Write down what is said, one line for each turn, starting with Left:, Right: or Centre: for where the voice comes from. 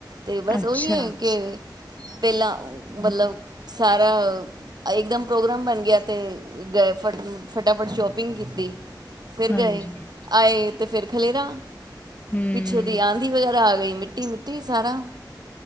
Right: ਤੇ ਬਸ
Left: ਅੱਛਾ
Right: ਉਹੀ ਹੈ ਕਿ ਪਹਿਲਾਂ ਮਤਲਬ ਸਾਰਾ ਇੱਕਦਮ ਪ੍ਰੋਗਰਾਮ ਬਣ ਗਿਆ ਤੇ ਗਏ ਫਟ ਫਟਾਫਟ ਸ਼ੋਪਿੰਗ ਕੀਤੀ ਫਿਰਗੇ
Left: ਹਾਂਜੀ,
Right: ਆਏ ਫਿਰ ਖਲੇਰਾ
Left: ਹੂੰ
Right: ਪਿੱਛੋਂ ਦੀ ਆਂ ਦੀ ਵਜਾ ਘ ਆ ਗਈ ਮਿੱਟੀ ਮਿੱਟੀ ਸਾਰਾ